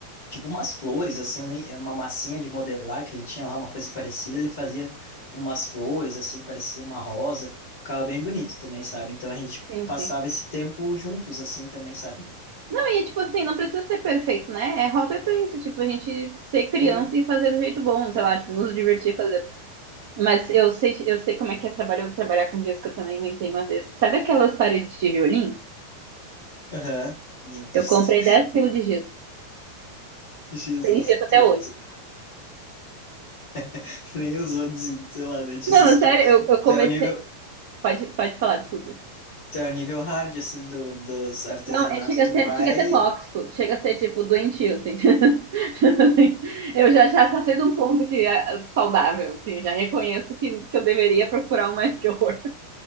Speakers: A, on the left; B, on the right.
A: tipo umas flores, assim, eu nem- é uma massinha de modelar que ele tinha lá, uma coisa parecida, ele fazia umas flores, assim, parecia uma rosa, ficava bem bonito também, sabe? Então a gente
B: sim,
A: passava
B: sim.
A: esse tempo juntos, assim, também, sabe?
B: Não, e tipo assim, não precisa ser perfeito, né? É hobby é pra isso, tipo, a gente ser criança
A: É.
B: e fazer do jeito bom, sei lá, tipo, nos divertir fazendo. Mas eu sei, eu sei como é que é trabalhoso trabalhar com giz que eu também inventei uma vez. Sabe aquelas paredes de tijolinho?
A: Aham. Meu Deus,
B: Eu comprei 10 quilos de giz.
A: <laughs> Jesus,
B: Tem giz até
A: tu,
B: hoje.
A: tu- <laughs> nem usou, des- sei lá, né, desistiu.
B: Não, sério, eu, eu comecei.
A: Tu é o nível,
B: Pode, pode falar, desculpa.
A: tu é o nível hard, assim, do, dos artesanatos,
B: Não, é, chega
A: tu
B: a ser,
A: vai...
B: chega a ser tóxico, chega a ser, tipo, doentio, assim. <laughs> <laughs> Eu já, já passei de um ponto que é é, saudável, assim, já reconheço que, que eu deveria procurar uma que horror.